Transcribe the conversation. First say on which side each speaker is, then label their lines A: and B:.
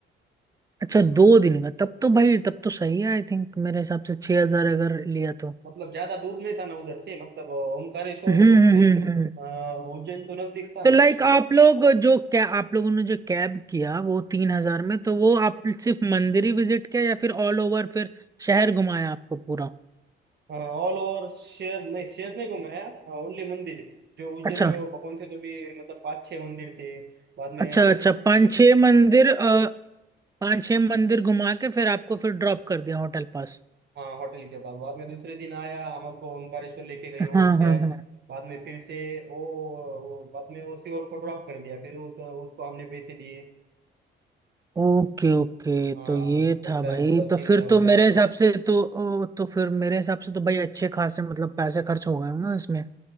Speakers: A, on the right; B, on the right.
A: अच्छा दो दिन का तब तो भाई तब तो सही है आई थिंक मेरे हिसाब से छह हजार अगर लिया तो
B: मतलब ज्यादा दूर नहीं था ना उधर से मतलब अ, ओमकारेश्वर
A: हम्म
B: से
A: हम्म हम्म,
B: अ,
A: हम्म।
B: उज्जैन तो नजदीक था
A: तो लाइक आप लोग जो क्या आप लोगों ने जो कैब किया वो तीन हजार में तो वो आप सिर्फ मंदिर ही विजिट किया या फिर ऑल ओवर फिर शहर घुमाया आपको पूरा
B: ऑल ओवर शहर नहीं शहर नहीं घुमाया ओनली मंदिर जो उज्जैन
A: अच्छा
B: में वो भगवान थे तो भी मतलब पाँच छह मंदिर थे बाद में
A: अच्छा अच्छा पांच छह मंदिर अ, पांच छह मंदिर घुमा के फिर आपको फिर ड्रॉप कर दिया होटल पास
B: हाँ होटल के पास बाद में दूसरे दिन आया हमको ओमकारेश्वर लेके गई वो
A: हाँ
B: कैब
A: हाँ हाँ
B: बाद में फिर से वो वो बाद में उसी और को ड्रॉप कर दिया फिर उस, उसको हमने पैसे दिए
A: ओके ओके
B: हाँ
A: तो ये
B: ऐसा
A: था भाई
B: पूरा सीन
A: तो फिर
B: था वो
A: तो मेरे
B: दिन
A: हिसाब
B: का
A: से तो ओ, तो फिर मेरे हिसाब से तो भाई अच्छे खासे मतलब पैसे खर्च हो गए होंगे ना इसमें